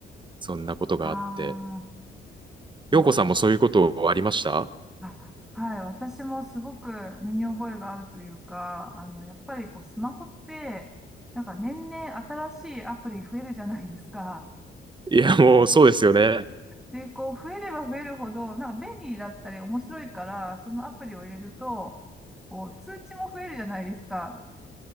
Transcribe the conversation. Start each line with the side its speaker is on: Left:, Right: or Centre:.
Right: そんなことがあって。
Centre: あー、
Right: 陽子さんもそういうことありました
Centre: わ、あ、はい、私もすごく身に覚えがあるというか、あの、やっぱりこうスマホって、なんか年々新しいアプリ増えるじゃないですか。
Right: いや、もうそうですよね。
Centre: で、こう、増えれば増えるほど、なんか便利だったり面白いから、そのアプリを入れると、こう、通知も増えるじゃないですか。